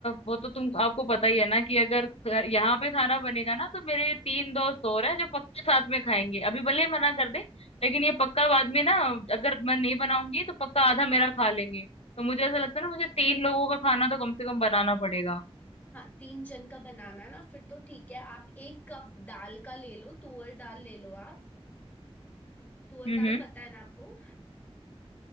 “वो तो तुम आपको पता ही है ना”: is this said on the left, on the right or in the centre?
Left